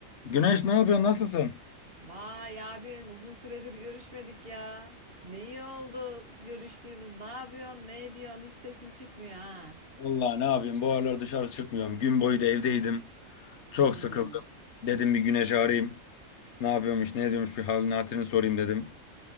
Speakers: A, on the left (about 60°); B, on the right (about 45°).
A: Güneş ne yapıyorsun? Nasılsın?
B: Vay abim uzun süredir görüşmedik ya. Ne iyi oldu görüştüğümüz. Ne yapıyorsun? Ne ediyorsun? Hiç sesin çıkmıyor ha.
A: Vallahi ne yapayım? Bu aralar dışarı çıkmıyorum. Gün boyu da evdeydim. Çok
B: Hmm.
A: sıkıldım. Dedim bir Güneş'i arayayım. Ne yapıyormuş, ne ediyormuş bir halini hatırını sorayım dedim.